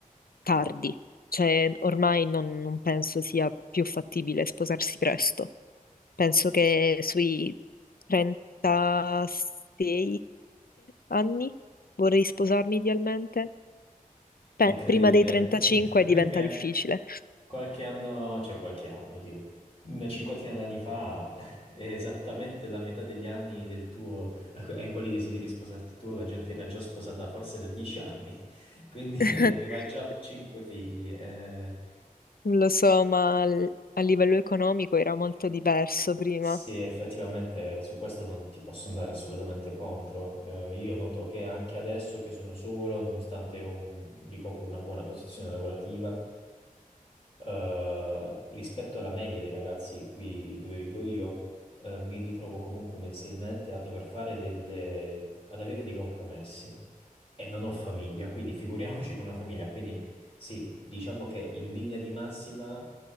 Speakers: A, on the left (about 85°); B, on the left (about 40°).
A: tardi, cioè ormai non non penso sia più fattibile sposarsi presto penso che sui 36-7 anni vorrei sposarmi idealmente. Pe-
B: È incredibile,
A: prima dei 35
B: <laughs>
A: diventa difficile.
B: Qualche anno, cioè qualche anno, Dio, una cinquantina d'anni fa, <laughs> eh, esattamente la metà degli anni del tuo, ai quali desideri sposarti tu, la gente era già sposata forse da dieci anni, <laughs> quindi
A: <laughs>
B: aveva già cinque figli. eh.
A: Lo so, ma l- a livello economico era molto diverso prima.
B: sì, effettivamente su questo non ti posso andare assolutamente contro. Eh, io noto che anche adesso che sono solo, nonostante ho un- ricopro una buona posizione lavorativa, eh, rispetto alla media dei ragazzi qui dove vivo io, eh, mi ritrovo comunque mensilmente a dover fare delle... ad avere dei compromessi. E non ho famiglia, quindi figuriamoci con una famiglia. Quindi sì, diciamo che in linea di massima